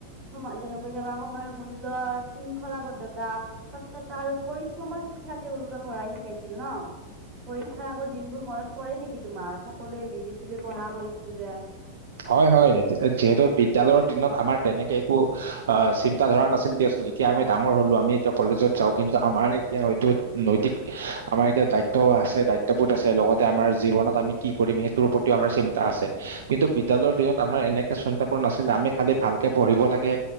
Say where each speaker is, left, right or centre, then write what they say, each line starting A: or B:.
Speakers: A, on the right (about 35°); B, on the right (about 60°).
A: সময় যেনেকৈ চাবা সময়ৰ মূল্য শৃংখলাবদ্ধতা সত্যতা আৰু পৰিশ্ৰমৰ শিক্ষা তেওঁলোকে পঢ়াই শিকাইছিল ন? পৰীক্ষাৰ আগৰ দিনবোৰ মনত পৰে নিকি তোমাৰ, সকলোৱে মিলি জুলি পঢ়া কৰিছিলো যে?
B: হয়, হয়। যিহেতু বিদ্যয়ালয়ৰ দিনত আমাৰ তেনেকে একো অ', চিন্তাধাৰা নাছিল দিয়াচোন। এতিয়া আমি ডাঙৰ হ'লোঁ আমি এতিয়া কলেজত যাওঁ কিন্তু আমাৰ এতিয়া হয়তো নৈতিক আমাৰ এতিয়া দায়িত্ব আছে, দায়িত্ববোধ আছে, লগতে আমাৰ জীৱনত আমি কি কৰিম সেইটোৰ প্ৰতিও আমাৰ চিন্তা আছে। কিন্তু বিদ্যয়ালয়ৰ দিনত আমাৰ এনেকে চিন্তাবোৰ নাছিলে, আমি খালি ভালকে পঢ়িব লাগে।